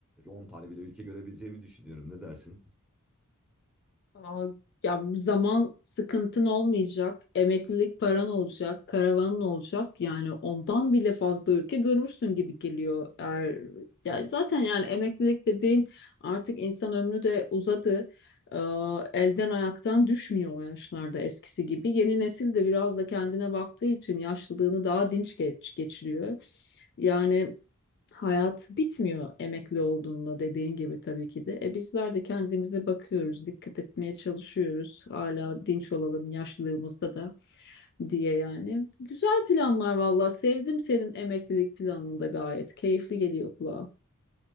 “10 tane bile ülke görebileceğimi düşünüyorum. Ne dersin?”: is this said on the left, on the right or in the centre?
Centre